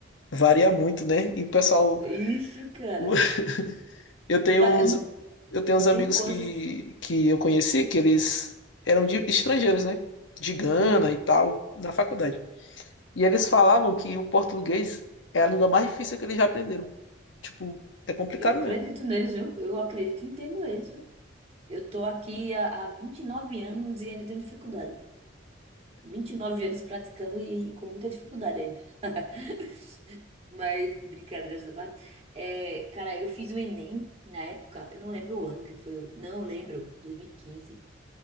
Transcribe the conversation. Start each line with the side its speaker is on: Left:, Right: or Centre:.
Left: varia muito, né? E o pessoal,
Right: Isso, cara.
Left: o- <laughs> eu tenho
Right: Para,
Left: uns,
Right: não
Left: eu tenho uns amigos
Right: tem coisas.
Left: que, que eu conheci que eles eram de estrangeiros, né? De Gana
Right: Hum,
Left: e tal, na faculdade. E eles falavam que o português é a língua mais difícil que eles já aprenderam. Tipo, é complicado
Right: eu acredito
Left: mesmo.
Right: neles, viu? Eu acredito e entendo eles, viu? Eu tô aqui há, há 29 anos e ainda tenho dificuldade. vinte e nove anos praticando e com muita dificuldade ainda. <laughs> Mas, brincadeiras da parte. É, cara, eu fiz o Enem na época, eu não lembro o ano que foi. eu- Não, eu lembro, dois mil e quinze